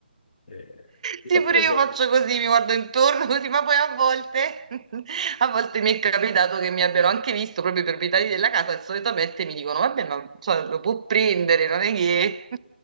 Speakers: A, on the left (about 50°); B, on the right (about 40°).
A: E io
B: Sì,
A: L'ho
B: pure
A: preso.
B: io faccio così, mi guardo intorno così, ma poi a volte, <laughs> a volte mi è capitato che mi abbiano anche visto proprio i proprietari della casa e solitamente mi dicono, vabbè, ma cioè, lo può prendere, non è che...